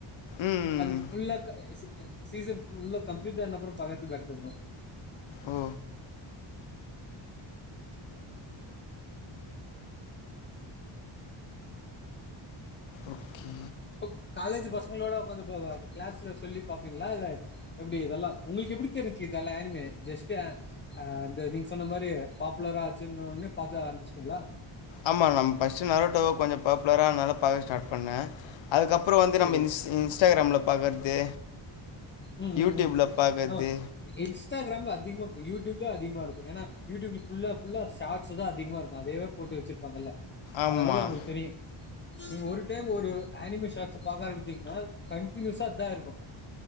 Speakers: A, on the left; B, on the left.
A: ம்
B: அதுக்கு ஃபுல்லா க சி ஏ சீசன் ஃபுல்லா கம்ப்ளீட் ஆன அப்றோ பாக்கறது பெட்டர் ப்ரோ
A: ஓ ஓகே
B: இப்ப காலேஜ் பசங்களோட உக்காந்து போக கிளாஸ்ல சொல்லி பாப்பீங்களா இல்ல எப்டி இதெல்லா உங்களுக்கு எப்டி தெரிஞ்சிச்சு இதெல்லா ஆனிமே ஜெஸ்ட்டு அ இது நீங்க சொன்ன மாரி பாப்புலரா ஆச்சுனோனே பாக்க ஆரம்பச்சிட்டீங்ளா
A: ஆமா நம்ம ஃபஸ்ட்டு நரோட்டாவ கொஞ்சோ பாப்புலரானனால பாக்க ஸ்டாட் பண்ண அதுக்கப்றோ வந்து நம்ம
B: சரி
A: இன்ஸ் இன்ஸ்டாகிராமில பாக்குறது
B: ம் ம்
A: யூடியூப்ல
B: ம்
A: பாக்குறது
B: ஆமா இன்ஸ்டாகிராம்ல அதிகமா யூடியூப்ல அதிகமா இருக்கும் ஏன்னா யூடியூப் ஃபுல்லா ஃபுல்லா ஷார்ட்ஸ்தா அதிகமா இருக்கு அதே போட்டு வச்சிருப்பாங்கள
A: ஆமாம்
B: அதனாலதா அவங்களுக்கு தெரியு நீங்க ஒரு டைம் ஒரு ஆனிமே ஷாட்ஸ்ஸ பாக்க ஆரம்பிச்சீடீங்கனா கண்டினியூஸா அதா இருக்கு